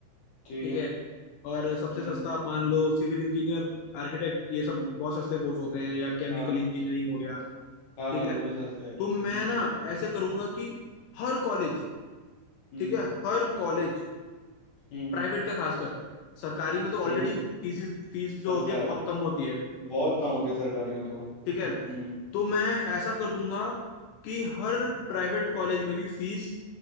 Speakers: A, on the left; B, on the left.
A: ठीक
B: ठीक
A: है
B: है और सबसे
A: हम्म
B: सस्ता मान लो सिविल इंजीनियर आर्किटेक्ट ये
A: हम्म
B: सब बहुत सस्ते कोर्स होते हैं या केमिकल
A: हाँ
B: इंजीनियरिंग हो गया
A: हाँ
B: ठीक
A: वो
B: है
A: तो सस्ता है
B: तो
A: हम्म
B: मैं ना ऐसे करूंगा कि हर कॉलेज
A: हम्म
B: ठीक है हर कॉलेज
A: हम्म
B: प्राइवेट का खासकर सरकारी में तो
A: ठीक
B: ऑलरेडी
A: है
B: फीस फीस जो
A: सस्ता
B: होती है बहुत
A: है
B: कम होती है
A: बहुत कम होती है सरकारी में तो
B: ठीक है
A: हम्म
B: तो मैं ऐसा कर दूंगा कि हर प्राइवेट कॉलेज में भी फीस